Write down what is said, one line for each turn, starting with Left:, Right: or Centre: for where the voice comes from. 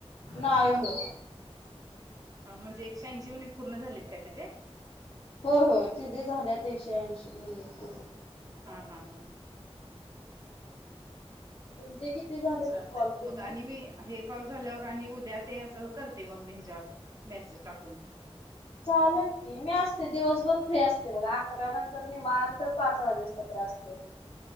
Left: नाय हो.
Right: ह म्हणजे एकशे ऐंशी मिनिट पूर्ण झालेत काय त्याचेे.
Left: हो होय ते जे झालेत एकशे ऐंशी मिनिट
Right: हा हा हा.
Left: तुमचे किती झालेत
Right: चालतय
Left: कॉल पूर्ण?
Right: मगं आणि मी हे कॉल झाल्यावर आणि उद्या ते असं करते मग मी ह्याच्यावर मेसेज टाकून.
Left: चालेल की मी असते दिवसभर फ्री असते बघा. अकरानंतर निवांत तर पाच <unintelligible> असते.